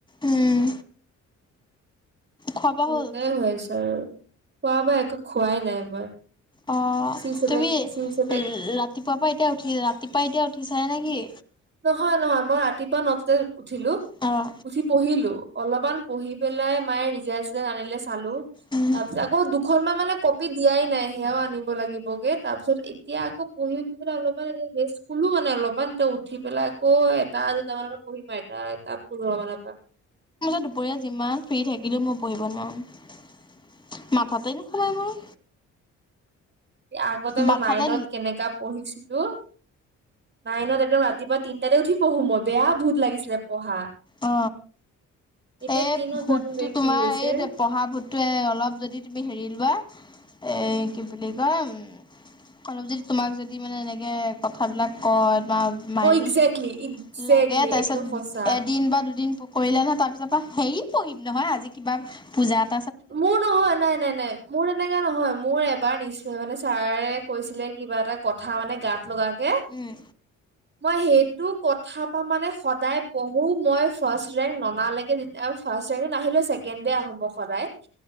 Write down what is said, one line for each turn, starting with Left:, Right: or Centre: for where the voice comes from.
Left: উম, খোৱা বোৱা
Right: দুইটাই
Left: হ'ল?
Right: হৈ আছে আৰু খোৱা বা একো খোৱাই নাই মই।
Left: অঁ
Right: চি হিচাপে
Left: তুমি ৰাতিপুৱাৰ
Right: চি হিচাপে
Left: পৰা এতিয়া উঠি ৰাতিপুৱা এতিয়া উঠিচাহ হেনে কি।
Right: নহয় নহয় মই ৰাতিপুৱা ন তাতে উঠিলো।
Left: অঁ।
Right: উঠি পঢ়িলো অলপমান পঢ়ি পেলাই মায়ে ৰিজাল্ট চিজাল্ট আনিলে চালো।
Left: উম।
Right: তাৰপিছত আকৌ দুখন মান মানে। কপি দিয়াই নাই সেয়াও আনিব লাগিবগে তাৰ পিছত এতিয়া আকৌ পঢ়ি উঠি পনে অলপমান ৰেচ। খোলো মানে অলপমান এয়া উঠি পেলাই আকৌ এটা দুটা মানৰ পৰা পঢ়িম এটা পোন্ধৰ মানৰ পৰা।
Left: দুপৰীয়া যিমান ফ্ৰী থাকিলো পঢ়িব নোৱাৰো মাথাতে। সাই মোৰ।
Right: আগতে মই
Left: মাথাতে
Right: নাইনত কেনেকা পঢ়িছিলো। নাই ন একদম ৰাতিপুৱা তিনিটাতে উঠি পঢ়ো মই বেয়া ভুত পঢ়া।
Left: অ
Right: এতিয়া
Left: এই
Right: টেনত
Left: ভূতটো
Right: জানো বে
Left: তোমাৰ
Right: কি হৈছে
Left: এই। পঢ়া ভুটোৱে অলপ যদি তুমি হেৰি লোৱা এই কি বুলি কয়। অলপ যদি তোমাক যদি মানে এনেকে কথাবিলাক কয় তোমাক। মাইনত
Right: অ একজেক্টলি একজেক্টলি
Left: লাগে তাৰপিছত।
Right: একদম সঁচা
Left: এদিন বা দুদিন কৰিলে নহয় তাৰপিছৰ পৰা হেৰি পঢ়িম নহয় আজি কিবা পূজাত।
Right: মোৰ নহয় নাই নাই নাই। মোৰ তেনেকা নহয় মোৰ এবাৰ নিশ্চয় মানে ছাৰে কৈছিলে কিবা এটা কথা মানে গাত লগা। কে।
Left: উম
Right: মই সেইটো কথা পা মানে সদায় পঢ়ো মই ফাৰ্ষ্ট ৰেংক ননালেকে। ফাৰ্ষ ৰেক নাহিলে ছেকেণ্ড দে আহো মই সদায়